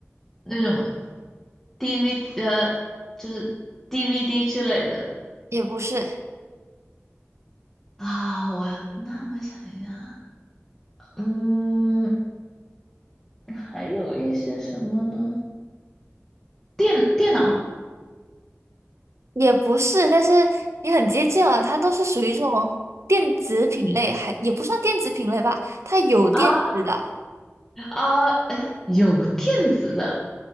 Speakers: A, in the centre; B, on the right (about 75°).
A: 那种 DV 呃，就是 DVD 之类的
B: 也不是，
A: 啊。我那我想一下，嗯，还有一些什么呢？电电脑
B: 也不是，但是你很接近了，它都是属于这种电子品类，还也不算电子品类吧，它有电子的，
A: 啊啊，哎，有电子的